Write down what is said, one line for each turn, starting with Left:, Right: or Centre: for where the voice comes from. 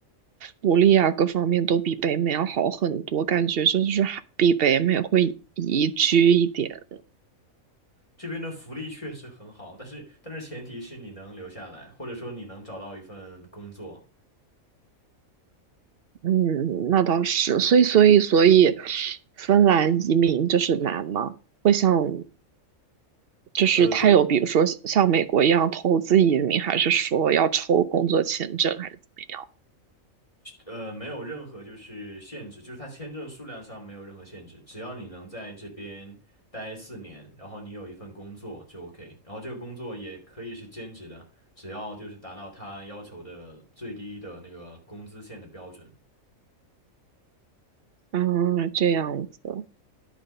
Right: 福利啊各方面都比北美要好很多，感觉就是还比北美会宜居一点。
Left: 这边的福利确实很好，但是但是前提是你能留下来，或者说你能找到一份工作。
Right: 嗯，那倒是，所以所以所以，芬兰移民就是难吗？会像就是他有，
Left: 呃，对，
Right: 比如说像美国一样投资移民，还是说要抽工作签证，还是怎么样？
Left: 呃，没有任何就是限制，就是它签证数量上没有任何限制，只要你能在这边待四年，然后你有一份工作就 OK，然后这个工作也可以是兼职的，只要就是达到他要求的最低的那个工资线的标准。
Right: 嗯，这样子，